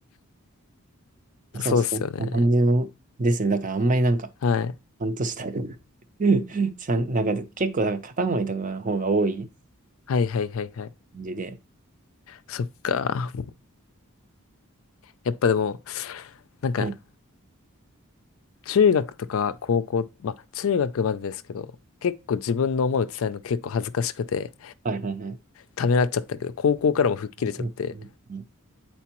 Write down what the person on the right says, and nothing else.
ん。そうそう、
こんな感じのですね。だからあんまりなんか、
半年だよ。<laughs> ちゃん、なんか結構なんか片思いとかの方が多い
感じで。
うん。
はいはいはい。
うん。うん。